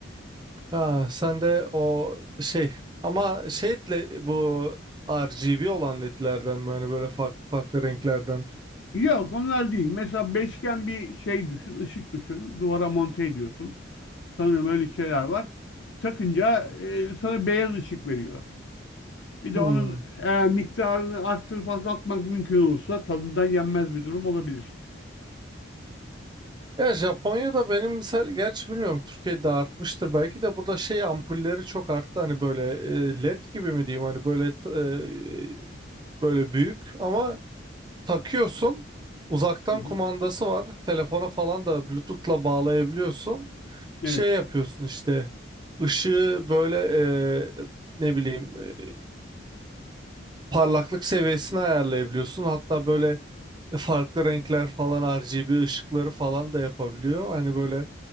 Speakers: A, on the right; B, on the left.
A: Ha, sen de o şey ama şeyle bu R G B olan ledlerden mi? Hani böyle farklı farklı renklerden.
B: Yok onlar değil. Mesela beşgen bir şey düşün, ışık düşün. Duvara monte ediyorsun. Sanırım öyle şeyler var. Takınca e, sana beyaz ışık veriyor. Bir de
A: Hmm.
B: onun e, miktarını arttırıp azaltmak mümkün olursa tadından yenmez bir durum olabilir.
A: Ya Japonya'da benim mesela gerçi bilmiyorum Türkiye'de artmıştır belki de burada şey ampulleri çok arttı hani böyle e, led gibi mi diyeyim hani böyle t- e, böyle büyük ama Takıyorsun. Uzaktan
B: Hı hı.
A: kumandası var. Telefona falan da Bluetooth'la bağlayabiliyorsun.
B: Evet.
A: Şey yapıyorsun işte. ışığı böyle e, ne bileyim e, parlaklık seviyesini ayarlayabiliyorsun. Hatta böyle farklı renkler falan RGB ışıkları falan da yapabiliyor. Hani böyle